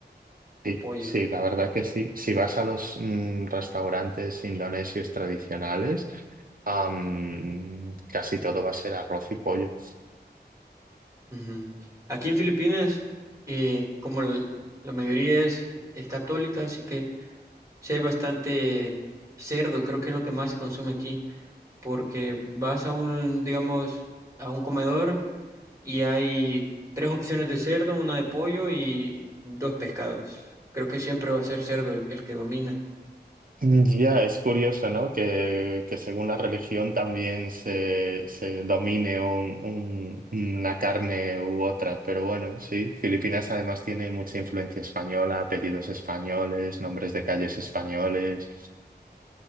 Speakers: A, on the right; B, on the right.
A: Sí,
B: Pollo.
A: sí, la verdad que sí. Si vas a los mm, restaurantes indonesios tradicionales, am, casi todo va a ser arroz y pollo.
B: Ujú. Aquí en Filipinas, eh, como l- la mayoría es, es católica, así que sí hay bastante cerdo, creo que es lo que más se consume aquí. porque vas a un, digamos, a un comedor y hay tres opciones de cerdo, una de pollo y dos pescados. Creo que siempre va a ser cerdo el, el que domina.
A: Ya, es curioso, ¿no? Que, que según la religión también se, se domine un- un- una carne u otra, pero bueno, sí, Filipinas además tiene mucha influencia española, apellidos españoles, nombres de calles españoles.